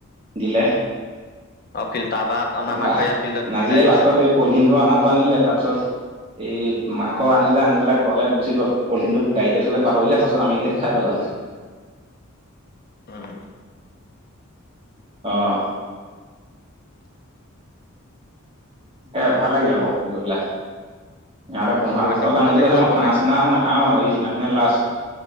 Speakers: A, on the right (about 25°); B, on the left (about 45°).
A: দিলে।
B: অ' ফিল্টাৰপাত অনা
A: তাৰপৰা
B: মাংস ইয়াত ফিল্ডত
A: নাজিয়ে
B: বিলাই
A: লাষ্টত
B: দিছে মানে।
A: এই পলিথিনটো আনাটো আনিলে তাৰপিছত এই মাংস আনিলে আনি পেলাই ঘৰলৈ গুচি গ'ল, পলিথিনটো গাড়ীতে থলে পাহৰিলে পাছত আমিকেইটা খাই পেলালোঁ।
B: উম
A: অঁ হেয়া ভাল লাগিলে বৌ গৈ পেলাই সিহঁতে পোন্ধৰ
B: বহুত
A: আগষ্ট
B: দিনৰ মূৰত
A: যাম
B: তেনেকে
A: বুলি কৈছে মই
B: যাব
A: খানা
B: লাগে
A: চানাও নাখাওঁ সেইদিনাখনেই লাষ্ট